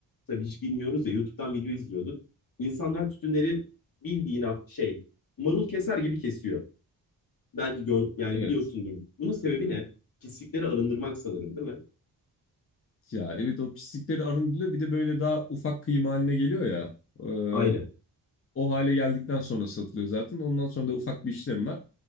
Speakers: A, on the left; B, on the left.
A: tabii hiç bilmiyoruz ya. YouTube'dan video izliyorduk. İnsanlar tütünleri bildiğin a- şey marul keser gibi kesiyor. Belki gör, yani
B: Evet.
A: biliyorsundur. Bunun sebebi ne? Pislikleri arındırmak sanırım, değil mi?
B: Ya evet o pislikleri arındırılıyor. Bir de böyle daha ufak kıyım haline geliyor ya.
A: Aynen.
B: Ee, o hale geldikten sonra satılıyor zaten. Ondan sonra da ufak bir işlem var.